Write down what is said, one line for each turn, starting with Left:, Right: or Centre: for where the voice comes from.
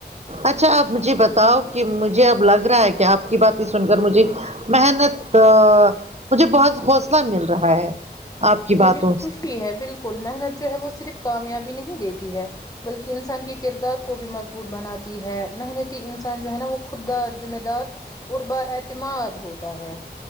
Right: اچھا آپ مجھے بتاؤ کہ مجھے اب لگ رہا ہے کہ آپ کی باتیں سن کر مجھے محنت مجھے بہت حوصلہ مل رہا ہے آپ کی
Left: مجھے
Right: باتوں
Left: خوشی
Right: سے
Left: ہے بالکل محنت جو ہے وہ صرف کامیابی نہیں دیتی ہے بلکہ انسان کے کردار کو بھی مضبوط بناتی ہے محنتی انسان جو ہے نا وہ خود دار ذمہ دار تربا اعتماد ہوتا ہے